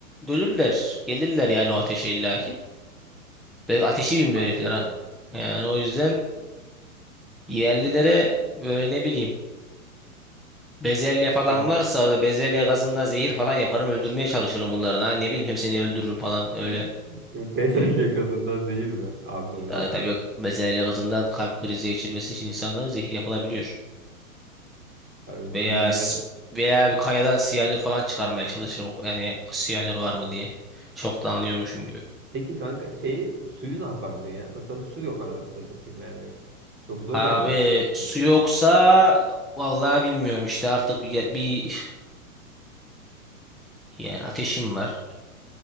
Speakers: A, in the centre; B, on the right.
A: dölürler. Gelirler yani o ateşe illaki. Ve ateşi bilmiyor
B: Aynen
A: herifler ha. Yani o yüzden yerlilere böyle ne bileyim bezelye falan
B: öyle.
A: varsa orada bezelye gazından zehir falan yaparım öldürmeye çalışırım bunların ha. Ne bileyim hepsini öldürürüm falan öyle.
B: Hı. Bezelye gazından zehir mi? Abi
A: Ta-
B: ne yaptın?
A: Tabii bezelye gazından kalp krizi geçirmesi için insanlara zehir yapılabiliyor.
B: Yani
A: Veya
B: bu bilgiler...
A: s- veya bir kayadan siyanür falan çıkarmaya çalışırım. Yani siyanür var mı diye. Çok da anlıyormuşum gibi.
B: Peki kanka şeyi suyu ne yaparsın ya? Mesela su yok anasını satayım yani. Çok zor
A: Abi
B: yani su. susuzluk.
A: su yoksa vallahi bilmiyorum işte artık bir, bir- yani ateşim var